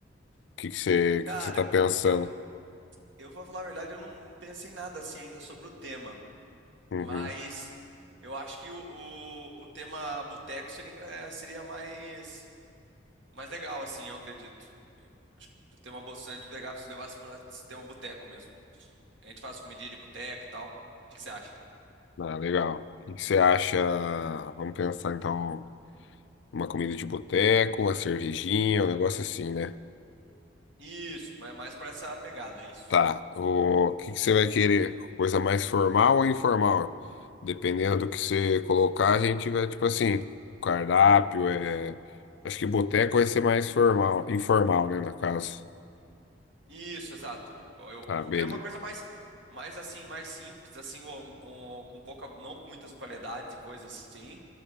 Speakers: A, on the left; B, on the right.
A: O que que você, o
B: Cara,
A: que que você tá pensando?
B: eu, eu vou falar a verdade, eu não, não pensei nada assim ainda sobre o tema.
A: Uhum.
B: Mas eu acho que o, o, o tema boteco seria, eh, seria mais, mais legal, assim, eu acredito. Eu acho que o tema boteco, se a gente pegar, se levasse para tema boteco mesmo. A gente faz comidinha de boteco e tal. O que que você acha?
A: Ah, legal. O que que você acha? Vamos pensar então uma comida de boteco, uma cervejinha, um negócio assim, né?
B: Isso, mas mais por essa pegada, isso.
A: Tá. O que que você vai querer? Coisa mais formal ou informal? Dependendo do que você colocar, a gente vai tipo assim, cardápio é, acho que boteco vai ser mais formal, informal, né, na casa.
B: Isso, exato. Eu,
A: Tá,
B: eu vou
A: beleza.
B: querer uma coisa mais, mais assim, mais simples, assim, um- um- com pouca, não muitas variedades de coisas assim,